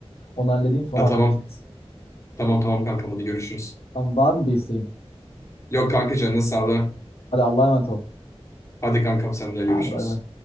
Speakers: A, on the left; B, on the left.
A: Onu halledeyim sonra
B: Ha,
A: haberleşiriz.
B: tamam. Tamam tamam kankam hadi görüşürüz.
A: Tamam var mı bir isteğin?
B: Yok kanka canın sağlığı.
A: Hadi Allah'a emanet ol.
B: Hadi kankam sen de görüşürüz.
A: Hadi bay bay.